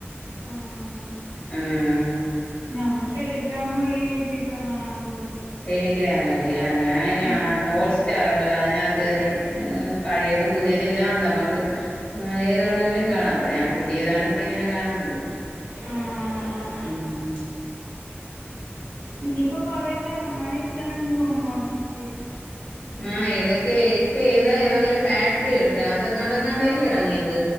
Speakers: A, on the right; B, on the left.
A: ആഹ്
B: ആഹ്
A: ഞാൻ ടെലഗ്രാമ് വഴി കേറ്റിട്ടാ കാണാറ് കൂട്തൽ
B: ടെലിഗ്രാമല്ലേ ആഹ് ഞാൻ ഈഹാ
A: ഉം
B: ഹോട്ട്സ്റ്റാറുണ്ടല്ലോ അതിനകത്ത് തിനകത്ത് കേറി പഴയതും പുതിയത എല്ലാം ഉണ്ടമ്മക്ക് ഏത് വെണെങ്കിലും കാണാം, അപ്പം ഞാൻ പുതിയത് ഇതാണിപ്പം ഇങ്ങനെ കാൻണത്.
A: ആഹ്
B: ഹ്മ്മ് ഇ
A: ഇനിയിപ്പൊ കൊറേയൊക്കെ എറങ്ങാനിരിക്ക്ണ്‌ണ്ട് തോന്ന്ണു ഒട്ടിറ്റില്
B: ആഹ് ഏതൊക്കെ ഇപ്പ ഏതാ എറങ്ങല് പാട്രി കേട്ട്ന് അത് അതങ്ങാണ്ടല്ലേ
A: ആഹ്
B: ഇറങ്ങിയത്.